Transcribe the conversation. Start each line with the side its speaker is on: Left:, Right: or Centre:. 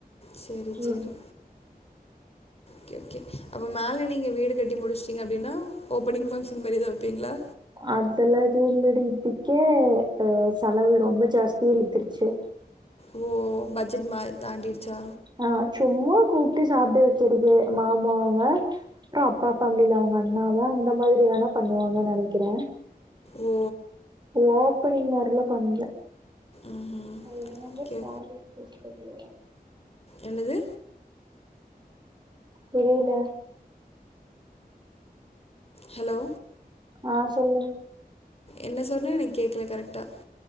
Left: செரி செரி
Right: ம்
Left: ஓகே ஓகே அப்போ மேல நீங்க வீடு கட்டி முடிஷ்ட்டீங்க அப்டின்னா ஓப்பனிங் ஃபங்க்ஷன் மாரி எதாவ் வெப்பீங்ளா
Right: அதெல்லா எதுவும் இல்லடி இதுக்கே அ செலவு ரொம்ப ஜாஸ்தியா இழுத்துருச்சு
Left: ஓ பட்ஜெட் மா தாண்டிருச்சா
Right: ஆ சும்மா கூப்ட்டு சாப்ட வெக்குறது மாமா அவுங்க க்கு அப்பா ஃபேமிலில அவங்க அம்மாவ அந்த மாதிரி வேனா பண்ணுவாங்கன் நெனைக்கிற
Left: ஓ
Right: ஓப்பனிங் மார்லா பண்ல
Left: ம்
Right: வேஸ்ட்
Left: ஓகே
Right: பண்ணுவ
Left: என்னது
Right: புரியல
Left: ஹலோ
Right: ஆ சொல்லு
Left: என்ன சொன்ன எனக் கேக்கல கரெக்டா